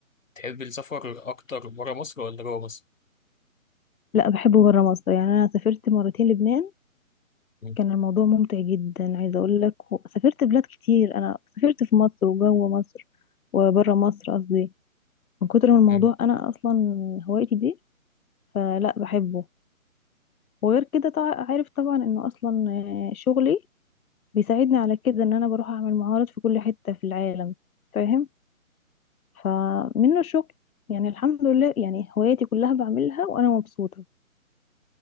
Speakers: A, on the left; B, on the left.
A: تحب السفر أكتر برا مصر ولا جوا مصر؟
B: لا بحبه برا مصر يعني انا سافرت مرتين لبنان
A: مم.
B: كان الموضوع ممتع جدا عايزة اقول لك سافرت بلاد كتير انا سافرت في مصر وجوه مصر وبره مصر قصدي من كتر ما الموضوع
A: مم.
B: انا اصلا هوايتي دي فلا بحبه وغير كده طع- عارف طبعا انه اصلا آه، شغلي بيساعدني على كده ان انا بروح اعمل معارض في كل حتة في العالم فاهم فمنه الشغل يعني الحمد لله يعني هواياتي كلها بعملها وانا مبسوطة